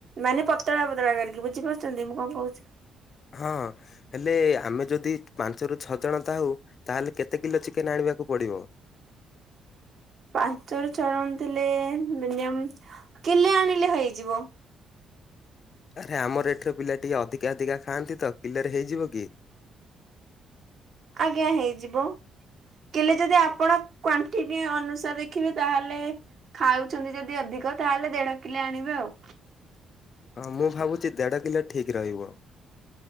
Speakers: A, on the right; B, on the left.
A: ମାନେ ପତଳା ପତଳା କରିକି ବୁଝିପାରୁଚନ୍ତି ମୁଁ କଁ କହୁଚି?
B: ହଁ। ହେଲେ ଆମେ ଯଦି ପାଞ୍ଚରୁ ଛଅ ଜଣ ଥାହୁ ତାହେଲେ କେତେ କିଲୋ ଚିକେନ୍ ଆଣିବାକୁ ପଡ଼ିବ?
A: ପାଞ୍ଚରୁ ଛ ଜଣ ଥିଲେ ମିନିଅମ୍ କିଲେ ଆଣିଲେ ହେଇଯିବ।
B: ଆରେ ଆମ ରେଟର ପିଲା ଟିକେ ଅଧିକା ଅଧିକା ଖାଆନ୍ତିତ କିଲେରେ ହେଇଯିବକି?
A: ଆଜ୍ଞା ହେଇଯିବ କିଲେ ଯଦି ଆପଣ କ୍ୱାଟିନୁ ଅନୁସାରେ ଦେଖିବେ ତାହେଲେ ଖାଉଚନ୍ତି ଯଦି ଅଧିକ ତାହେଲେ ଦେଢ କିଲେ ଆଣିବେ ଆଉ।
B: ହଁ ମୁଁ ଭାବୁଚି ଦେଢ କିଲୋ ଠିକ୍ ରହିବ।